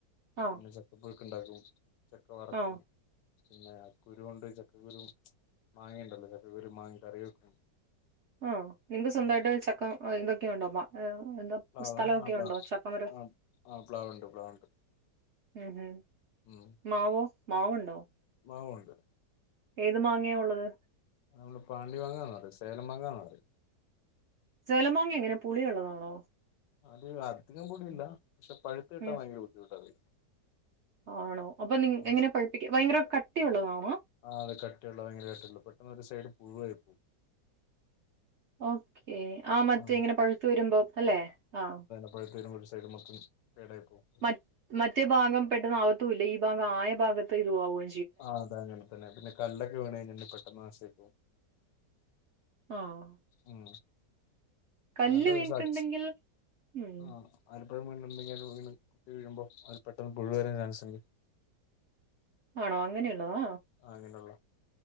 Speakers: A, on the right; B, on the left.
A: ആ
B: പിന്നെ ച ക്കപുഴുക്ക് ഇണ്ടാക്കും ചക്ക വർക്കും.
A: ആ
B: പിന്നെ കുരു കൊണ്ട് ചക്കക്കുരു മാങ്ങിണ്ടല്ലോ ചക്കക്കുരു മാങ്ങി കറി വെക്കും
A: ആഹ് നിങ്ങക്ക് സ്വന്തമായിട്ട്
B: ആ
A: ചക്ക ഇതൊക്കെയ ഉണ്ടോ മ്മ എന്താ
B: പ്ലാവ
A: സ്ഥലൊക്കെ
B: ആ പ്ലാ
A: ഉണ്ടോ ചക്ക മരം
B: ആ ആ പ്ലാവുണ്ട് പ്ലാവുണ്ട്
A: ഉം ഉം
B: ഉം
A: മാവോ മാവുണ്ടോ
B: മാവുണ്ട്
A: ഏത് മാങ്ങയാ ഉള്ളത്
B: നമ്മള് പാണ്ടി മാങ്ങാന്ന് പറയും സേലം മാങ്ങാന്ന് പറയും
A: ചേലമാങ്ങ എങ്ങനെ പുളി ഉള്ളതാണോ
B: അത് അധികം പുളി ഇല്ല പക്ഷെ പഴുത്ത് കിട്ടാൻ
A: ഉം
B: ഭയങ്കര ബുദ്ധിമുട്ടാ അത്
A: ആണോ അപ്പൊ നി
B: ഉം
A: എങ്ങനെ പഴിപ്പിക്ക ഭയങ്കര കട്ടിയുള്ളതാണോ
B: ആഹ് അത് കട്ടിയുള്ള ഭയഗരായിട്ടുള്ള പെട്ടന്ന് ഒരു സൈഡ് പുഴവായി പോവും
A: ഓക്കേ ആഹ് മറ്റേ
B: ആ
A: ഇങ്ങനെ പഴുത്തു വരുമ്പോ അല്ലെ ആഹ്
B: ഇപ്പോഴ തരുനൂല സൈഡ് മൊത്തം പേടായി പ്പോവും
A: മ മറ്റേ ഭാഗം പെട്ടെന്ന് ആവത്തു ഇല്ല ഈ ഭാഗം ആയ ഭാഗത്ത് ഇത് ആവുക
B: ആഹ് അതെ അങ്ങനെ തന്നെ പിന്നെ കല്ലൊക്കെ വീണ കഴിഞ്ഞാൽ പെട്ടെന്ന് നാശായി പൊവും
A: ആഹ്
B: ഉം
A: കല്ല്
B: നല്ലറെസാച്ചു
A: വീണിട്ടുണ്ടെങ്കിൽ ഉം
B: ആഹ് ആലപ്പ ഴും വീഴുണ്ടെങ്കിൽ കുത്തി കഴുമ്പോൾ അത് പെട്ടെന്ന് പുഴുവ വരാൻ ചൻസ്ണ്ട്
A: ആണോ അങ്ങനെയുള്ളതോ
B: അഹ് അങ്ങനെയുള്ള